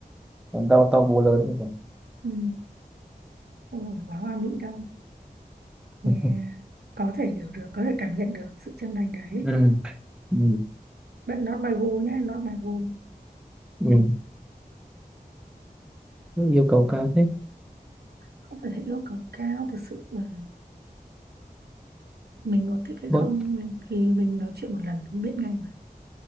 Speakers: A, in the centre; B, on the right.
A: à, đau to búa lớn như vậy
B: ừ, không phải là quá hoa mỹ đâu yeah.
A: <laughs>
B: có thể hiểu được có thể cảm nhận được sự chân thành đấy
A: ừ. Ừ.
B: but not my goal nhá not my goal
A: Ừ. yêu cầu cao thế
B: không phải là yêu cầu cao thực sự là mình có thích hay
A: Vâng.
B: không thì mình nói chuyện một lần cũng biết ngay mà